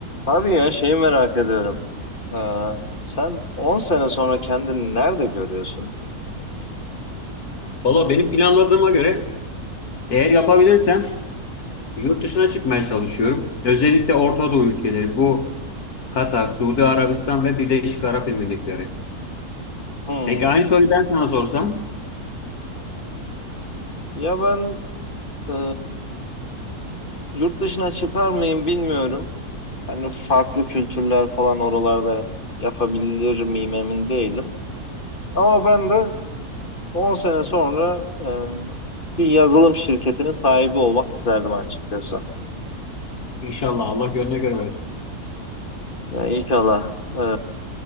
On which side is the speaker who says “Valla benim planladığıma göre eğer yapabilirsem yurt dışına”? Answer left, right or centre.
Left